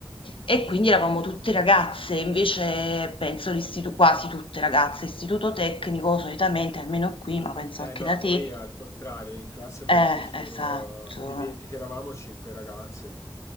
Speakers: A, on the left; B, on the left.
A: e quindi eravamo tutte ragazze, invece penso l'istitu- quasi tutte ragazze, istituto tecnico solitamente, almeno qui, ma penso
B: Eh
A: anche
B: no,
A: da
B: noi
A: te,
B: al contrario, in classe avevamo
A: eh,
B: solo,
A: esatto,
B: eh, di 20 che eravamo, 5 ragazze,